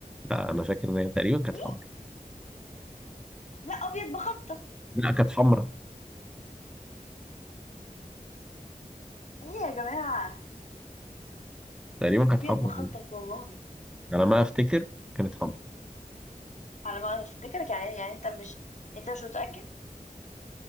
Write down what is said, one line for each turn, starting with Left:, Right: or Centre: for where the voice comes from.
Centre: لا انا فاكر ان هي تقريبا كانت
Left: إيه؟
Centre: حمرا
Left: لا أبيض مخطط
Centre: لا كانت حمرا
Left: إيه يا جماعة
Centre: تقريبا كانت
Left: أبيض
Centre: حمرا
Left: مخطط والله
Centre: على ما افتكر كانت حمرا
Left: على ما أفتكرك يعني يعني أنت مش أنت مش متأكد